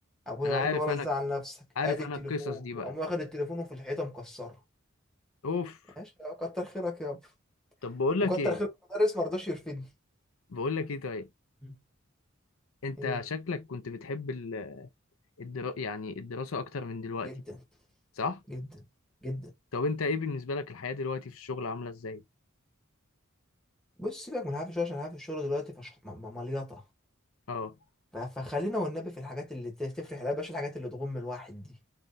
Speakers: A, in the centre; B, on the left.
A: ابويا
B: انا
A: قال
B: عارف
A: له ولا
B: انا
A: تزعل نفسك
B: عارف
A: ادي
B: انا
A: التليفون
B: القصص دي
A: وقام
B: بقى
A: واخد التليفون وفي الحيطه مكسره
B: اوف
A: ماشي آه، كتر خيرك يابا
B: طب بقول
A: وكتر
B: لك ايه
A: خيرك المدرس ما رضاش يرفدني
B: بقول لك ايه طيب
A: مم.
B: انت
A: ايه
B: شكلك كنت بتحب ال- الدرا... يعني الدراسة اكتر من دلوقتي
A: جدا
B: صح؟
A: جدا جدا
B: طب انت ايه بالنسبة لك الحياة دلوقتي في الشغل عاملة ازاي؟
A: بص سيبك من الحافي شويه عشان الحافي الشغل دلوقتي فش... م- م- مليطه
B: اه
A: ف- فخلينا والنبي في الحاجات اللي ت- تفرح لا بلاش الحاجات اللي تغم الواحد دي